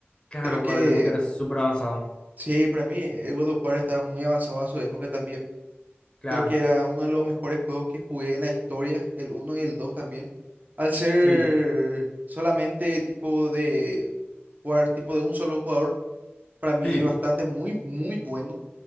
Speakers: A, on the left; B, on the right.
A: claro,
B: Creo que,
A: para la época era súper avanzado.
B: sí, para mí, el God of War estaba muy avanzado a su época también.
A: Claro,
B: Creo que era uno de los mejores juegos que jugué en la historia, el uno y el 2 también. Al ser
A: sí,
B: solamente tipo de jugar, tipo de un solo jugador, para mí
A: sí,
B: es bastante muy, muy bueno.